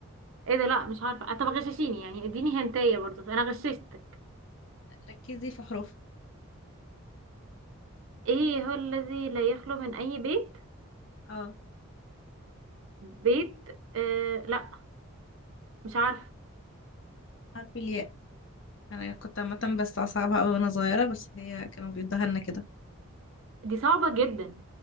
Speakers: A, on the right (about 65°); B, on the left (about 60°).
A: ايه ده لا مش عارفه آه، طب غششيني يعني اديني هنتايه برضو انا غششتك
B: ركزي في حروفها
A: ايه هو الذي لا يخلو من اي بيت
B: اه
A: بيت آه... لا مش عارفه
B: حرف الياء أنا كنت عامة بس أصعبها أوي وأنا صغيرة بس هي كانوا بيدوها لنا كده
A: دي صعبه جدا